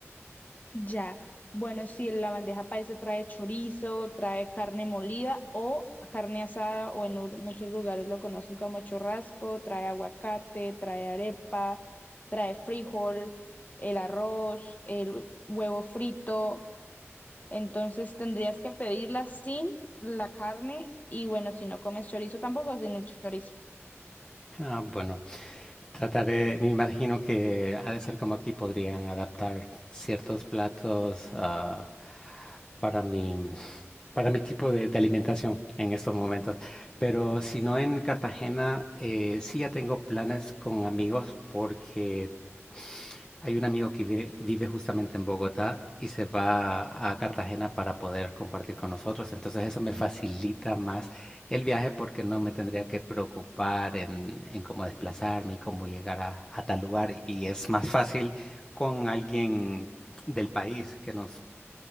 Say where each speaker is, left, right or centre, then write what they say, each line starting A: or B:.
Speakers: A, on the left; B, on the left.
A: Ya, bueno, si la bandeja paisa trae chorizo, trae carne molida o carne asada, o en u- muchos lugares lo conocen como churrasco, trae aguacate, trae arepa, trae frijol, el arroz, el huevo frito. Entonces tendrías que pedirla sin la carne y bueno, si no comes chorizo tampoco sin el chorizo.
B: Ah, bueno, Trataré, me imagino que ha de ser como aquí podrían adaptar ciertos platos ah, para mi, para mi tipo de, de alimentación en estos momentos. Pero si no en Cartagena, eh, sí ya tengo planes con amigos porque hay un amigo que vive, vive justamente en Bogotá y se va a Cartagena para poder compartir con nosotros. Entonces eso me facilita más el viaje porque no me tendría que preocupar en, en cómo desplazarme y cómo llegar a, a tal lugar. Y es más fácil con alguien del país que nos